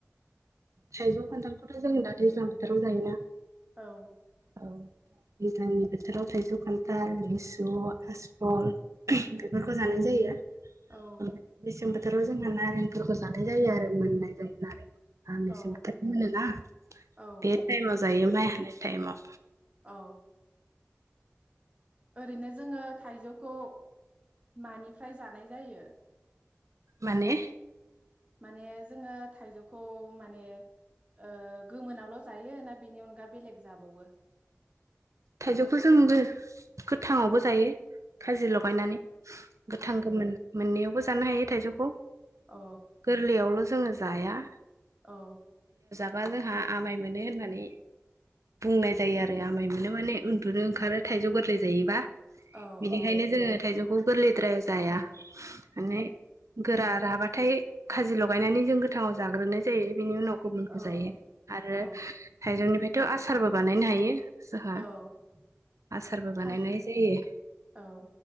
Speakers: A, on the right (about 85°); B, on the right (about 25°).
A: थाइजौ, खान्थालखौथ' जों दा दैज्लां बोथोराव जायोना??
B: औ।
A: औ दैज्लांनि बोथोराव थाइजौ, खान्थाल, लिसु, <unintelligible> आसपल बेफोरखौ जानाय जायो।
B: औ
A: <inaudible> बोथोराव जोङो नारेंफोरखौ जाथाय जायो आरो मोननाय जायो नारें। ओ मेसें
B: औ
A: बोथार मोनोना
B: औ
A: बे टाइमाव जायो माइ हानाय टाइमाव।
B: औ। ओरैनो जोङो थाइजौ खौ मानिफ्राय जानाय जायो?
A: माने
B: माने जोङो थाइजौखौ माने ओ गोमोनावल' जायो ना बिनि अनगा बेलेग जाबावो?
A: थाइजौखौ जोंबो गोथाङावबो जायो खाजि लगायनानै।
B: औ
A: गोथां गोमोन मोननैयाव जानो हायो थाइजौखौ।
B: औ
A: गोरलैयावल' जोङो जाया।
B: औ
A: बा जोंहा आमाय मोनो होननानै बुंनाय जायो आरो आमाय मोनो माने उन्दुनो ओंखारो थाइजौ गोरलै जायोबा।
B: औ
A: बेनिखायनो जोङो थाइजौ खौ गोरलैद्रायाव जाया‌ माने गोरा राबाथाय खाजि लगायनानै जों गोथाङाव जाग्रोनाय जायो बेनि उनाव गुबुनखौ
B: औ
A: जायो। आरो
B: औ
A: थाइजौनिफ्राय <unintelligible> आसारबो बानायनो हायो जोंहा
B: औ औ
A: आसारबो बानायनाय जायो
B: थाइ